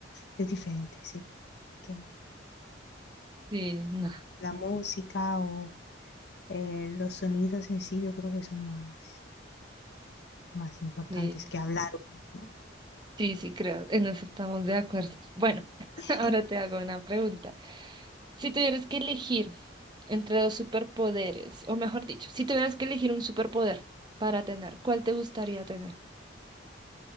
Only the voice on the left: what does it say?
es diferente, sí. Que
la música o Eh, los sonidos en sí yo creo que son más, más importantes
que hablar, ¿no?
<laughs>